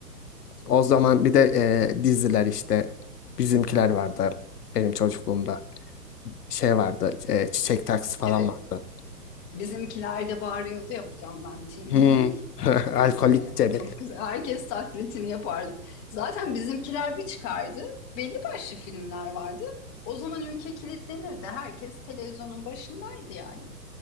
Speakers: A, on the left (about 75°); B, on the left (about 20°).
A: O zaman bir de e, diziler işte bizimkiler vardı benim çocukluğumda. Şey vardı e, Çiçek Taksi falan
B: Evet
A: vardı.
B: Bizimkiler de bağırıyordu ya bu camdan Cemil
A: Hmm. <laughs>
B: falan
A: Alkolik
B: diye.
A: Cemil.
B: O çok güzel. Herkes taklitini yapardı. Zaten bizimkiler bir çıkardı. Belli başlı filmler vardı. O zaman ülke kilitlenirdi. Herkes televizyonun başındaydı yani.